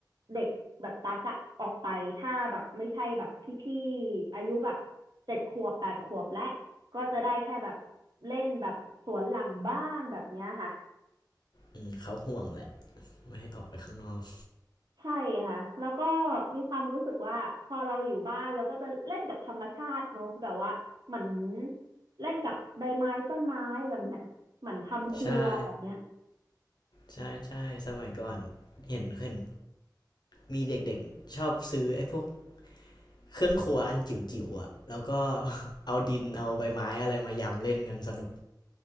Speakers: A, on the right; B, on the left.
A: เด็กแบบตักอะออกไปถ้าแบบไม่ใช่แบบพี่ๆอายุแบบเจ็ดขวบแปดขวบและ ก็จะได้แค่แบบเล่นแบบสวนหลังบ้านแบบเนี้ยค่ะ
B: อืมเขาห่วงแหละไม่ให้ออกไปข้างนอก
A: ใช่ค่ะแล้วก็มีความรู้สึกว่าพอเราอยู่บ้านเราก็จะเล่นกับธรรมชาติเนอะแบบว่าเหมือนเล่นกับใบไม้ต้นไม้แบบเนี้ยเหมือนทำครัวแบบเนี้ย
B: ใช่ใช่ใช่สมัยก่อนเห็นเห็นมีเด็กๆชอบซื้อไอ้พวกเครื่องครัวอันจิ๋วๆอะแล้วก็ <laughs> เอาดินเอาใบไม้อะไรมายำเล่นกันสนุก